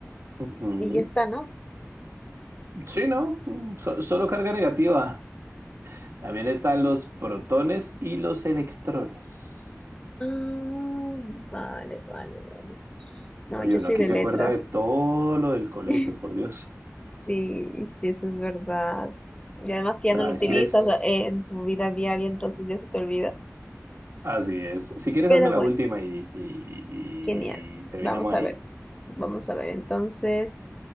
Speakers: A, on the right; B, on the left.
A: Ujú.
B: y ya está, ¿no?
A: Sí, ¿no? Mm, so- solo carga negativa. También están los protones y los electrones.
B: Ah, vale, vale, vale. No,
A: Oye,
B: yo
A: uno
B: soy
A: aquí
B: de
A: se
B: letras.
A: acuerda de todo lo del colegio,
B: <laughs>
A: por Dios.
B: Sí, sí, eso es verdad. Y además que
A: Bueno,
B: ya no
A: a
B: lo
A: ver,
B: utilizas
A: si quieres,
B: eh, en tu vida diaria, entonces ya se te olvida.
A: así es. Si quieres,
B: Pero
A: hazme la
B: bueno.
A: última y, y-
B: Genial.
A: y terminamos
B: Vamos a
A: ahí.
B: ver. Vamos a ver. Entonces,